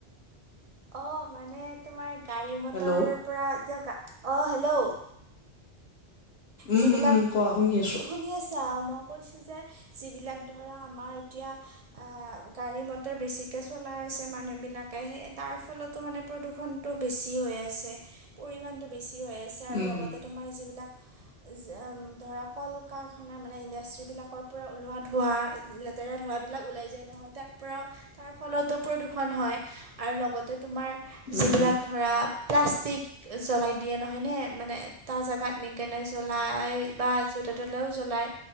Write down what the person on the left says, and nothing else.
হেল্ল'
উম
উম উম কোৱা শুনি আছো।
উম
উম
উম
উম